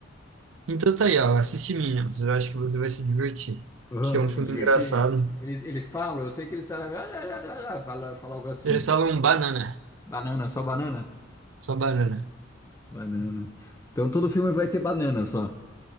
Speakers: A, on the right; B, on the left.
A: Então tá aí, ó, assiste Minions, eu acho que você vai se divertir.
B: Ah,
A: Que
B: vou
A: é um filme
B: me divertir.
A: engraçado.
B: Eles, eles falam, eu sei que eles falam, ah, ah, ah, ah, ah", fala, fala algo assim.
A: Eles falam banana,
B: Banana, só banana?
A: só banana.
B: Banana. Então todo filme vai ter banana só.